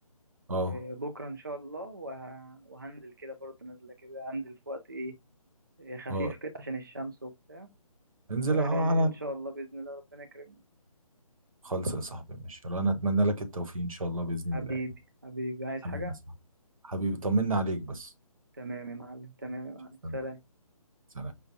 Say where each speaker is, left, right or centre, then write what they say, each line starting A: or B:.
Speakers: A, on the right (about 65°); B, on the right (about 35°).
A: اه
B: آه، بكرة إن شاء الله وه... وهنزل كده برضه نازلة كده هنزل في وقت إيه آه، خفيف
A: اه
B: كده عشان الشمس وبتاع
A: انزل
B: وإن
A: اه على
B: شاء الله بإذن الله ربنا يكرمني
A: خلص يا صاحبي ماشي انا اتمنى لك التوفيق ان شاء الله بإذن
B: حبيبي
A: الله يعني.
B: حبيبي عايز
A: حبيبي
B: حاجة؟
A: يا صاحبي حبيبي طمنا عليك بس
B: تمام يا معلم تمام يا معلم
A: سلام
B: سلام
A: سلام